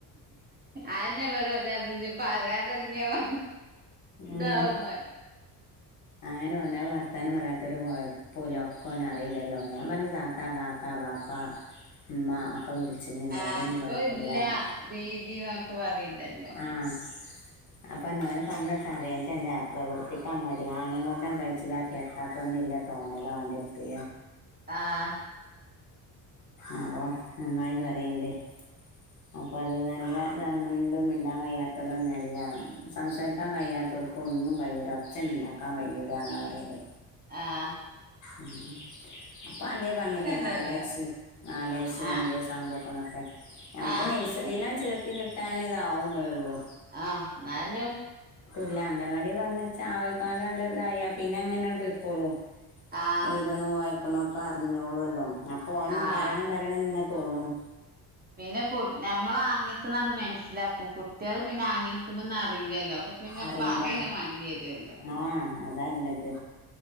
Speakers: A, on the right (about 25°); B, on the left (about 45°).
A: ആന്നെവിട പറയാൻ തുടങ്ങിയാ വ
B: ഉം
A: ദൗമാെ
B: അങ്ങനെ പറഞ്ഞാൽ വർത്താനം വരാത്തൊരു കുഴപ്പമില്ല ഒക്കെന്നും അറിയിണ്ടല്ലോ ഞാൻ പറഞ്ഞ താത്ത കാക്ക പാപ്പ അമ്മ ഒക്കെ വിളിച്ചിുന്നണ്ട്
A: ആഹ്
B: അയിനൊന്നും
A: ഇപ്പൊ
B: കൊഴപ്പില്ലർുന്നേ
A: ഇല്ല ദീദിന്നൊക്കെ പറയണ്ടല്ലോ
B: ആഹ അപ്പൊ നോന് പറഞ്ഞിട്ട് അറിയൻട്ടല്ലാ പ്രവർത്തിക്കാൻ മതി ആങ്ങേം കൊണ്ടൻ കഴിച്ചില്ല കേട്ടാപ്പൊന്നില്ല എ തോണല അവന്റെ അടുത്ത്
A: ആഹ
B: അപ്പൊ നന്നായി പറയില്ലേ അപ്പൊ അത് നല്ല ഇതാണ് മിണ്ടും മിണ്ടാൻ കഴിയാത്തവരൊന്നല്ല സംസാരിക്കാൻ കഴിയാത്ത അർക്കും ഒന്നും കഴ്യൂര അച്ഛന ഉണ്ടാക്കാൻ കഴിയരാെന്നാണ് പറയത്
A: ആഹ
B: ഉ അപ്പൊ അതേ പറഞ്ഞില്ലേ
A: ഉണ്ടല്ലോ
B: നാല വയസ്സ് നാലയസ്സ്
A: ആഹ്
B: അഞ്ചയസ്സ ആകുമ്പോ അപ്പോണൊക്കെ നമുക്ക്
A: ആഹ്
B: നഴ്സറില്ലാം
A: അതൊക്കെ ശെ
B: ചേർത്തി കിട്ടൻ ഇതാവുന്നുേള്ളൂ
A: ആഹ് എന്നാലാലോ
B: ല്ല അങ്ങനവാാടി പറഞ്ഞച്ചാ ആവയിക്കാാണ്ട് ഇതായ പിന്നെ അങ്ങനെയാണ് പ പോയിക്കോളൂ
A: ആഹ്
B: എഴുതണോ വായിക്കണോ ഒക്കെ അറിഞ്ഞോളൂല്ലോ അപ്പൊ ഓനും
A: ആഹ്
B: പറയണം പറയണന്ന് നിങ്ങെ തോന്നും
A: പിന്നെ കു നമ്മൾ ആങ്ങത്തുന്ന മനസ്സിലാക്കും കുട്ടികള് പിന്നെ ആങ്ങെത്തുമ്പോന്നന്ന് അറിയില്ലല്ലോ അപ്പൊ പിന്നെ
B: അറിയില്ല
A: പറയന്നെ വേണ്ടി വരുവല്ലോ
B: ആഹ അതല്ലത്